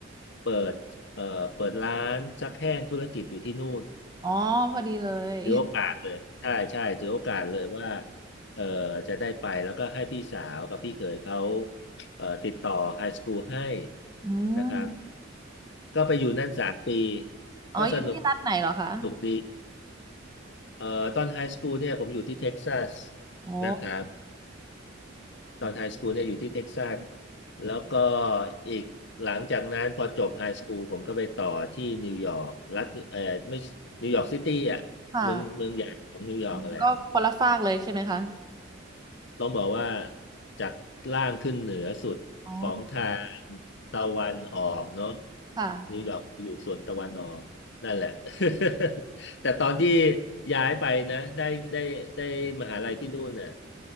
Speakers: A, on the left; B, on the right.
A: เปิด เอ่อเปิดร้านซักแห้งธุรกิจอยู่ที่นู่น
B: อ๋อพอดีเลย
A: ถือโอกาสเลยใช่ใช่ถือโอกาสเลยว่าเอ่อจะได้ไปแล้วก็ให้พี่สาวกับพี่เขยเขาเอ่อติดต่อไฮสคูลให้
B: อืม
A: นะครับก็ไปอยู่นั่นสามปี
B: อ๋ออยู่ที่รัฐไหนเหรอคะ
A: ก็สนุกสนุกดีเอ่อตอนไฮสคูลเนี่ยผมอยู่ที่เท็กซัส
B: โอ้
A: นะครับ ตอนไฮสคูลเนี่ยอยู่ที่เท็กซัสแล้วก็อีกหลังจากนั้นพอจบไฮสคูลผมก็ไปต่อที่นิวยอร์กรัฐเออไม่นิวยอร์กซิตี้อ่ะเมืองเมืองใหญ่ของนิวยอร์กกันแหละ
B: ค่ะออก็คนละฝากเลยใช่ไหมคะ
A: ต้องบอกว่าจากล่างขึ้นเหนือสุดของทาง
B: อ๋อ
A: ตะวันออกเนาะ
B: ค่ะ
A: นิวยอร์กอยู่ส่วนตะวันออกนั่นแหละ
B: <laughs>
A: <laughs> แต่ตอนที่ย้ายไปนะได้ได้ได้มหาลัยที่นู่นเนี่ย